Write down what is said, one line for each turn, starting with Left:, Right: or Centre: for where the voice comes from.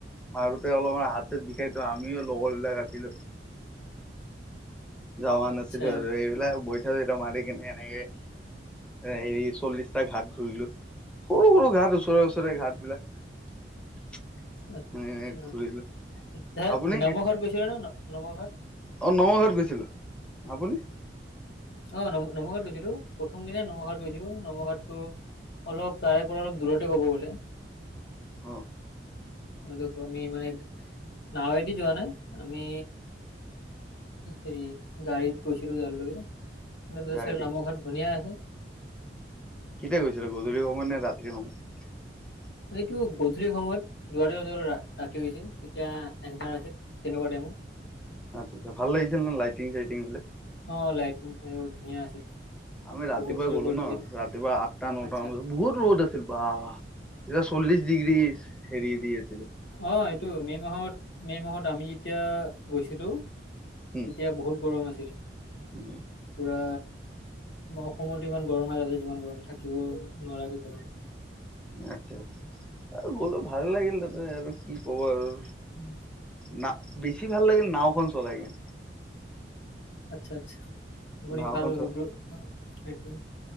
Centre: মাৰুতে অলপমান হাত চাত বিষাই থো আমিও লগৰ বিলাক আছিলো যোৱা
Left: আচ্ছা
Centre: নাছিলো আৰু এইবিলাক বৈ মাৰি কিনি এনেকে এ হেৰি চল্লিশটা ঘাট ঘূৰিলো সৰু সৰু ঘাট ওচৰে ওচৰে ঘাট বিলাক
Left: আত্ছা
Centre: এনে এনে ঘূৰিলো।
Left: ধ
Centre: আপুনি
Left: নামঘাট গৈছিল ন নমঘাট
Centre: অঁ নৱঘাট গৈছিলোঁ আপুনি
Left: অ ন নমঘাত গৈছিলো প্ৰথম দিনাাই নমঘাট গৈছিলো নৱঘাতটো অলপ তাৰে পৰা অলপ দূৰতে কব গ'লে
Centre: অ
Left: দে আমি মানে নাৱে এটি যোৱা নাই আমি হেৰি গাড়ীত গৈছিলিলো যাৰ লগে নামৰ
Centre: গাড়ী দি
Left: ঘৰত ধুনীয়া আছে
Centre: কেতিয়া গৈছিলো গধূলি সময় নে ৰাতিৰ সময়
Left: এইটো গধূলি সময়ত যুৱ ব ৰাতিছিল তেতিয়া এন্ধাৰ আছিল তেনেকুৱা টাইমত
Centre: আচ্ছা আচ্ছা ভাল লাগিছিল ন লাইটিং চাইটিং বিলাক
Left: অ লাইটবোৰ ধুনীয়া আছিল
Centre: আমি ৰাতিপুৱা
Left: পোহৰ চোহৰ
Centre: গলো
Left: কৰি
Centre: ন
Left: থৈছিলে
Centre: ৰাতিপুৱা আঠটা নট
Left: আচ্ছা
Centre: মান বজাত বহুত ৰ'দ আছিল বাহ এটা চল্লিশ ডিগ্ৰী হেৰি দিয়ে
Left: অ এইটো মে মাহত মে' মাহত আমি এতিয়া গৈছিলো
Centre: উম
Left: তেতিয়া বহুত গৰম আছিল
Centre: উম
Left: পুৰা অসমত ইমান গৰম হয় তাতে যিমান গৰম থাকিব নোৱাৰ কি গৰম হয়
Centre: আচ্ছা আচ্ছা আৰু গ'লো ভাল লাগিল তাতে আৰু কি কব আৰু
Left: উম
Centre: না বেছি ভাল লাগিল নাওখন চলাই কিনে
Left: আচ্ছা আচ্ছা <unintelligible>
Centre: নাওখন চলাই
Left: সেইটোৱে